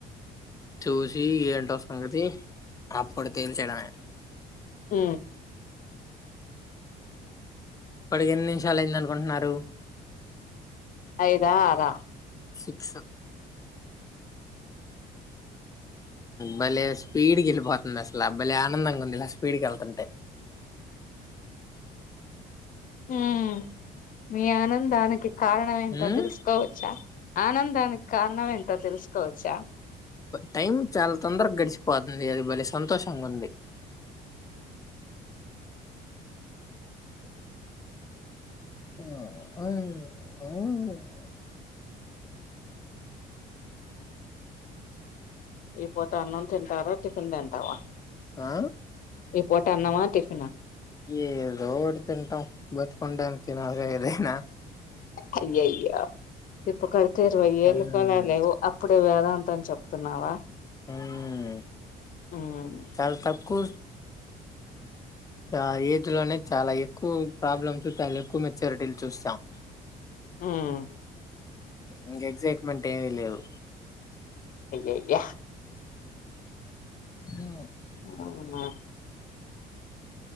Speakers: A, on the left; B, on the left.
A: చూసి ఏంటో సంగతి అప్పుడు తేల్చయడమే
B: ఊ
A: పడికి ఎన్ని నిమిషాలు అయిందనుకుంటన్నారు
B: ఐదా ఆరా
A: సిక్స్ భలే స్పీడ్ గెళ్ళిపోతుంది అసలా భలే ఆనందంగుంది ఇలా స్పీడ్ గా ఎళ్తుంటే
B: మ్మ్ మీ ఆనందానికి కారణం ఏంటో
A: ఉమ్
B: తెలుసుకోవచ్చా ఆనందానికి కారణం ఏంటో తెలుసుకోవచ్చా
A: టైం చాలా తొందరగా గడిచిపోతుంది అది బలే సంతోషంగుంది <inaudible> <unintelligible>
B: ఈపూట అన్నం తింటారా టిఫిన్ తింటావా
A: ఆ
B: ఈ పూట అన్నమా టిఫెన
A: ఏదో ఒకటి తింటాం బతుకుండానికి తినాలిగా ఏదైనా
B: అయయ్యో ఇప్పకడతే ఇరవై ఏళ్లు
A: ఉమ్
B: కడా లేవు అప్పుడే వ్యాద అంతని చెప్తున్నావా
A: మ్మ్
B: మ్మ్
A: చాల తక్కు ఆ ఏజ్ లోనే చాలా ఎక్కువ ప్రాబ్లమ్స్ చాలా ఎక్కువ మెచ్యూరిటీలు చూసాం
B: మ్మ్
A: ఇంక ఎగ్జైట్మెంట్ ఏమీ లేదు
B: అయ్యయ్యా
A: హ
B: అవునా